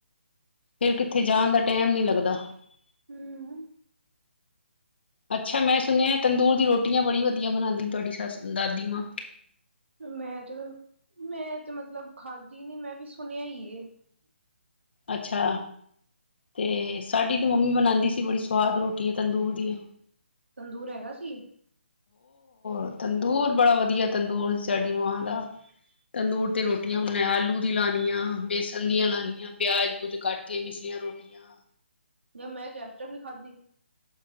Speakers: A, on the left; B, on the right.
A: ਫੇਰ ਕਿੱਥੇ ਜਾਣ ਦਾ ਟਾਈਮ ਨੀ ਲੱਗਦਾ। ੱਦਾ <unintelligible>
B: ਹੂੰ
A: ਅੱਛਾ। ਮੈਂ ਸੁਣਿਆ ਤੰਦੂਰ ਦੀ ਰੋਟੀ। ਰੋਟ ਬੜੀ ਵਧਆ ਬਉਂਦੀ ਤੁਹਾਡੀ ਸੱਸ ਦਾਦੀ ਮਾਂ।
B: ਮੈਂ ਜੋ ਮੈਂ ਤੇ ਮਤਲਬ ਖਾਧਦੀ ਨੀ ਮੈਂ ਵੀ ਸੁਣਿਆ ਹੀ
A: ਅੱਛਾ ਤੇ ਸਾਡੀ ਤੇ ਮੰਮੀ ਬਣਾਉਂਦੀ ਸੀ ਬੜੀ ਸਵਾਦ ਰੋਟੀ ਆ ਤੰਦੂਰ ਦੀਆਂ
B: ਤੰਦੂਰ ਹੈਗਾ ਸੀ
A: ਐ ਤੰਦੂਰ ਬੜਾ ਵਧੀਆ ਤੰਦੂਰ ਸਾਡੀ ਮਾਂ ਦਾ ਤੰਦੂਰ ਤੇ ਰੋਟੀਆਂ ਹੁੰਣ ਆਲੂ ਦੀ ਲਣੀੀ ਆ ਬੇਸਨ ਦੀਆਂ ਲਣੀੀਆਂ ਪਿਆਜ ਪੂਜ ਕੱਟ ਕੇ ਮਿਸਰੀੀਆਂ ਰੋਟੀਆਂ
B: ਜਾਂ ਮੈਂ ਰਿੈਸ਼ਟਕ ਨਹੀਂੀ ਖਾਧੀ